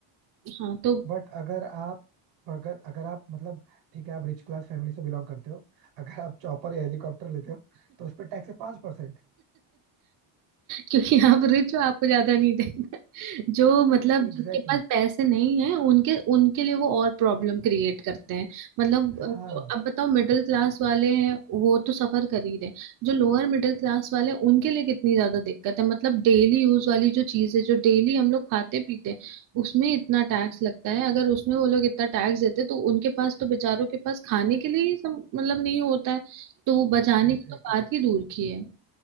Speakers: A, on the right; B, on the right.
A: हाँ तो
B: बट अगर आप अगर अगर आप मतलब ठीक है आप रिच क्लास फैमिली से बिलोंग करते हो अगर आप चॉपर या हेलीकॉप्टर लेते हो तो उस पे टैक्स है 5% परसेंट
A: क्योंकि आप रिच हो आपको ज्यादा नहीं देना जो मतलब जिनके
B: एग्जैक्टली
A: पास पैसे नहीं है उनके उनके लिए वो और प्रॉब्लम क्रिएट करते हैं मतलब अ,
B: हाँ
A: जो अब बताओ मिडिल क्लास वाले हैं वो तो सफर कर ही रहे हैं। जो लोअर मिडिल क्लास वाले हैं उनके लिए कितनी ज्यादा दिक्कत है मतलब डेली यूज वाली जो चीज है जो डेली हम लोग खाते पीते हैं उसमें इतना टैक्स लगता है अगर उसमें वो लोग इतना टैक्स देते तो उनके पास तो बेचारों के पास खाने के लिए ही सम, मतलब नहीं होता है तो वो बचाने
B: एग्जैक्टली
A: की तो बात
B: exactly.
A: ही दूर की है